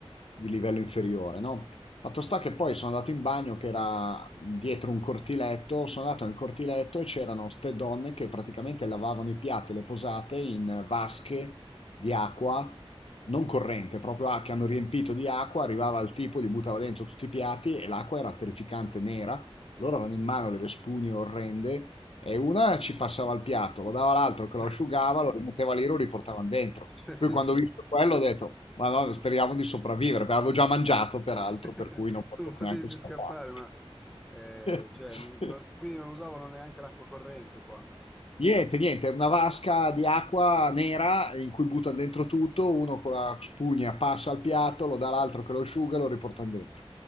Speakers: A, on the left; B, in the centre.
A: di livello inferiore, no? Fatto sta che poi sono andato in bagno che era dietro un cortiletto, sono andato nel cortiletto e c'erano ste donne che praticamente lavavano i piatti e le posate in vasche di acqua non corrente, proprio ah, che hanno riempito di acqua, arrivava il tipo, gli buttava dentro tutti i piatti e l'acqua era terrificante nera, loro avevano in mano delle spugne orrende e una ci passava il piatto, lo dava all'altro che lo
B: <laughs>
A: asciugava, lo rimetteva lì, lo riportavano dentro.
B: Cioè,
A: Poi
B: quindi
A: quando
B: per-
A: ho visto quello ho detto, ma no, speriamo di sopravvivere, perché avevo già mangiato peraltro,
B: <laughs>
A: per cui non potevo
B: tu non potevi
A: neanche
B: più
A: scappare.
B: scappare, ma eh,
A: <laughs>
B: cioè, non- non- quindi non usavano neanche l'acqua corrente qua. Ma
A: Niente, niente, una vasca di acqua nera in cui buttano dentro tutto, uno con la spugna passa al piatto, lo dà all'altro che lo asciuga e lo riportano dentro.